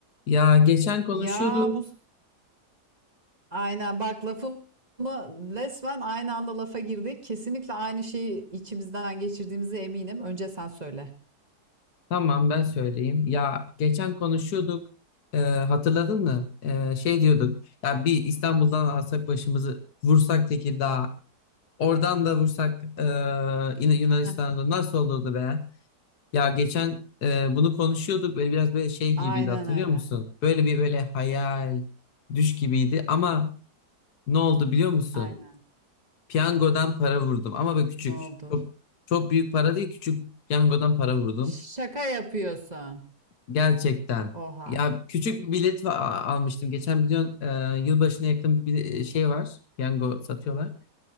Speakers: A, on the left; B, on the right.
A: Ya geçen konuşuyorduk.
B: Ya Mus aynen bak lafımı resmen aynı anda lafa girdik. Kesinlikle aynı şeyi içimizden geçirdiğimize eminim. Önce sen söyle.
A: Tamam ben söyleyeyim. Ya geçen konuşuyorduk. Ee, hatırladın mı? Ee, şey diyorduk. Ya bir İstanbul'dan alsak başımızı vursak Tekirdağ'a. Oradan da vursak ee, yine Yunanistan'da
B: Heh,
A: nasıl olurdu be? Ya geçen ee, bunu konuşuyorduk. Böyle biraz böyle şey
B: aynen
A: gibiydi hatırlıyor
B: öyle.
A: musun? Böyle bir böyle hayal, düş gibiydi. Ama ne oldu biliyor musun?
B: Aynen.
A: Piyangodan para vurdum. Ama böyle küçük.
B: Ne oldu?
A: Çok, çok büyük para değil küçük piyangodan para vurdum.
B: Şaka yapıyorsun.
A: Gerçekten.
B: Oha.
A: Ya küçük bir bilet va- almıştım. Geçen biliyorsun e, yılbaşına yakın bir bile- e, şey var. Piyango satıyorlar.